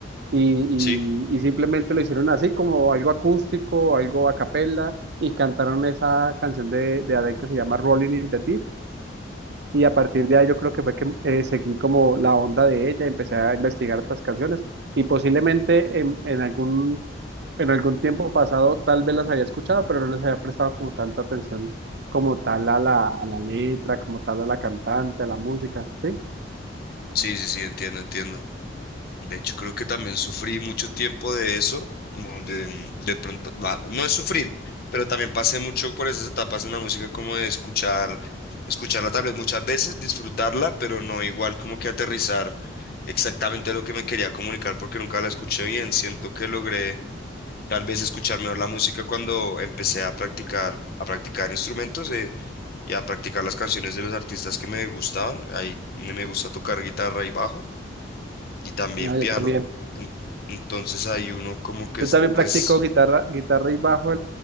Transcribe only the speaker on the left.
Sí,
sí, sí, sí, entiendo, entiendo. De hecho, creo que también sufrí mucho tiempo de eso, como de, de pronto, no, no es sufrir, pero también pasé mucho por esas etapas en la música, como de escuchar, escucharla tal vez muchas veces, disfrutarla, pero no igual como que aterrizar exactamente lo que me quería comunicar porque nunca la escuché bien. Siento que logré tal vez escuchar mejor la música cuando empecé a practicar, a practicar instrumentos eh, y a practicar las canciones de los artistas que me gustaban. Ahí me me gusta tocar guitarra y bajo y también
piano.
En- Entonces ahí uno como que
es,
pues,